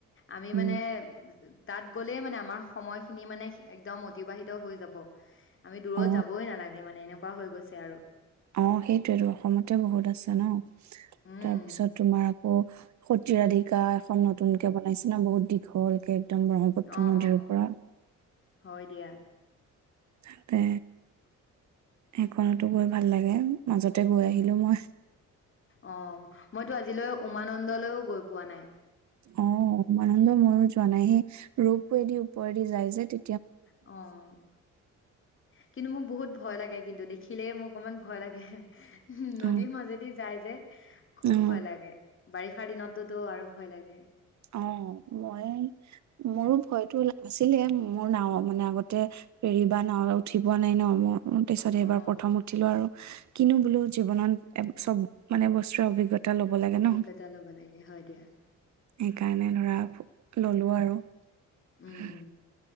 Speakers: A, on the left; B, on the right.
A: আমি
B: উম
A: মানে তাত গলেই মানে আমাৰ সময়খিনি মানে একদম অতিবাহিত হৈ যাব আমি দূৰত
B: অ
A: যাবই নালাগে মানে এনেকোৱা কোৱা হৈ গৈছে আৰু
B: অ সেইটোয়টো অসমতে বহুত আছে ন
A: উম
B: তাৰপিছত তোমাৰ অ সতীয়াধিকাৰ এখন নতুনকে বনাইছে না বহুত দীঘল হলগে উত্তম ব্ৰহ্মপুত্ৰ
A: অ
B: নদীৰ
A: অ
B: পৰা
A: হয় দিয়া
B: তাতে সেইখনতো গৈ ভাল লাগে মাজতে গৈ
A: উম
B: আহিলোঁ মই
A: অ মইতো আজিলৈ উমানন্দলৈও গৈ পোৱা নাই
B: অ উমানন্দ ময়ো যোৱা নাই সেই ৰূপ দি ওপৰেদি যায় যে তে
A: অঁ কিন্তু মোক বহুত ভয় লাগে কিন্তু দেখিলে মোৰ অকনমান ভয় লাগে নদীৰ
B: অ',
A: মাজেদি যায় যে খুব
B: অ',
A: ভয় লাগে বাৰিষাৰ দিনতেটো আৰু ভয় লাগে
B: অঁ মই মোৰো ভয়তো ওলাল আছিলে মোৰ নাঁওত মানে আগতে ফেৰি বা নাওঁত উঠি পোৱা নাই ন মই তাৰ পিছত
A: অ
B: এবাৰ প্ৰথম উঠিলোঁ আৰু কিনো বোলো জীৱনত চব মানে বস্তুৰে অভিজ্ঞতা এটা ল'ব লাগে
A: অভিজ্ঞতা
B: ন
A: ল'ব লাগে হয় দিয়া
B: সেইকাৰণে ধৰা ললো আৰু
A: উম
B: হম